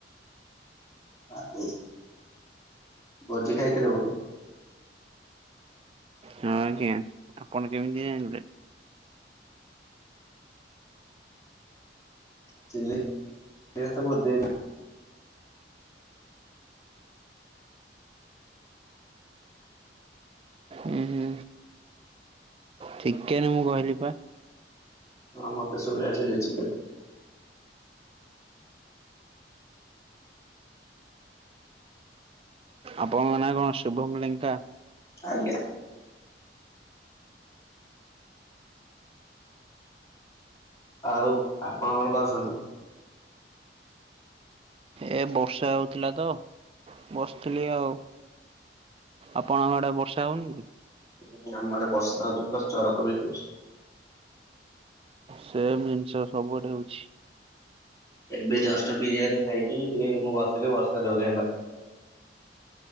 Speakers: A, on the left; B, on the right.
A: ଆଉ ଭୋଜି ଖାଇଥିଲ ବୋଧେ?
B: ହଁ, ଆଜ୍ଞା ଆପଣ କେମିତି ଜାଣିଲେ?
A: <inaudible> ଏଇ ଗୁଡା ସବୁ ଭୋଜି ଆଇଟମ।
B: ଉଁ ହୁଁ। ଚିକେନ ମୁଁ କହିଲି ପା।
A: ହଁ, ମତେ ଶୁଭିଲା ଚିଲି ଚିକେନ।
B: ଆପଣଙ୍କ ନାଁ କଣ ଶୁଭମ ଲେଙ୍କା?
A: ଆଜ୍ଞା‌ ଆଉ ଆପଣ କଣ କରୁଛନ୍ତି?
B: ଏ ବର୍ଷା ହଉଥିଲା ତ ବସିଥିଲି ଆଉ। ଆପଣଙ୍କ ଆଡେ ବର୍ଷା ହଉନି କି?
A: <unintelligible> ଆମଆଡେ ବର୍ଷା ହଉଛି, ପ୍ଲସ ଚଡକ ବି ହଉଛି।
B: ସେମ୍ ଜିନିଷ ସବୁଆଡେ ହଉଛି।
A: ଏବେ ଜଷ୍ଟ ବିରିୟାନୀ ଖାଇକି ମୁଁ ବସିଲି ବର୍ଷା ଜୋରେ ହେଲା।